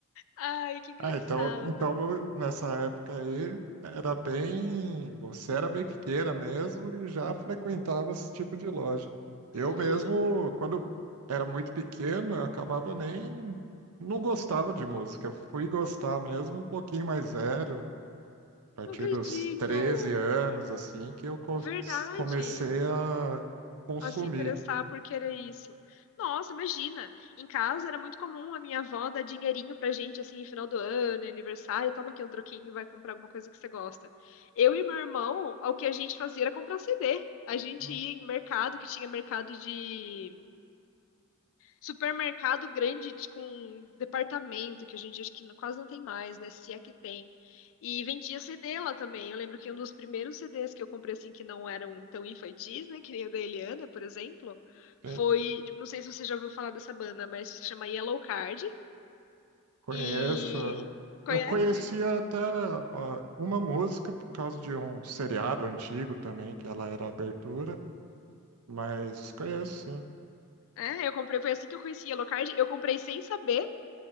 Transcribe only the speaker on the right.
Ah, então, então vo- nessa época aí era bem, você era bem pequena mesmo e já frequentava esse tipo de loja. Eu
mesmo, quando era muito pequeno, eu acabava nem, não gostava de música. Fui gostar mesmo um pouquinho mais velho, a partir
dos 13 anos, assim, que eu co-
comecei a consumir.
Hum.
sim.
Conheço.
Eu conhecia até ó, uma música por causa de um seriado antigo também, que ela era a abertura, mas conheço sim.